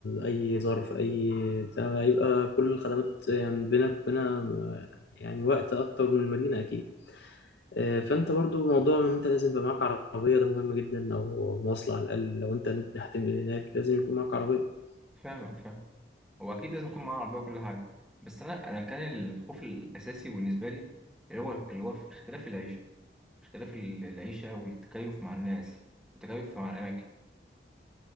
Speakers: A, on the left (about 70°); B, in the centre.
A: اي ظرف اي بتاع يبقى كل الخدمات يعني بينك وبينها يعني وقت اكتر من المدينه اكيد آه، فانت برضو موضوع ان انت لازم يبقى معاك عربيه ده مهم جدا او مواصله على الاقل لو انت هتنقل هناك لازم يكون معاك عربيه
B: فاهمك فاهم هو اكيد لازم يكون معايا عربيه وكل حاجه بس انا انا كان الخوف الاساسي بالنسبه لي اللي هو اللي هو في اختلاف العيشه اختلاف ال- العيشة والتكيف مع الناس والتكيف مع الأماكن